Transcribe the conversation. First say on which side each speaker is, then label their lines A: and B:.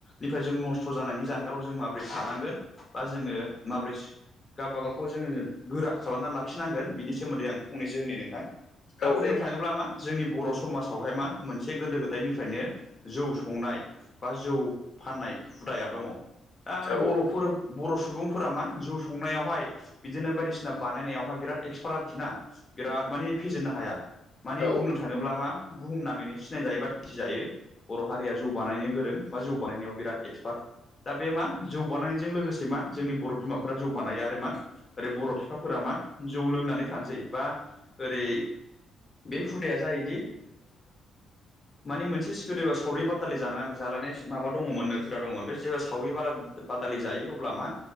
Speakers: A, on the left; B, on the left.
A: निफ्राय जों नस्थ' जानायनि जानगाराव जों माबोरै थानांगोन बा जोङो माबोरै गावबागावखौ जोङो गोरा खालामना लाखिनांगोन बिनि सोमोन्दै आं फंनैसो होननि नोंथां दा
B: औ
A: बुंनो
B: दे नोंथां
A: थाङोब्ला मा जोंनि बर' समाजावहाय मा मोनसे गोदो गोदायनिफ्रायनो जौ संनाय बा जौ फाननाय हुदाया दङ दा
B: औ
A: बर'फोर बर' सुबुंफोरा मा जौ संनायावहाय बिदिनो बायदिसिना बानायनायावहाय बिराद एक्सपार्ट आरोखि ना बिराद मानि फेजेननो हाया मानि
B: औ
A: बुंनो थाङोब्ला मा बुहुमनाङैनो सिनायजायो बा मिथिजायो बर' हारिया जौ बानायनो गोरों बा जौ बानायनायाव बिराद एक्सपार्ट दा बे मा जौ बानायनायजों लोगोसे मा जोंनि बर' बिमा फोरा जौ बानायो आरो मा ओरै बर' बिफाफोरा मा जौ लोंनानै थानोसै बा ओरै बे हुदाया जायोदि मानि मोनसे गोदो बा सावरि बादालि जानानै जालायनाय माबा दङमोन नो हुदा दङमोन बे जे सावरि बादा बादालि जायो अब्ला मा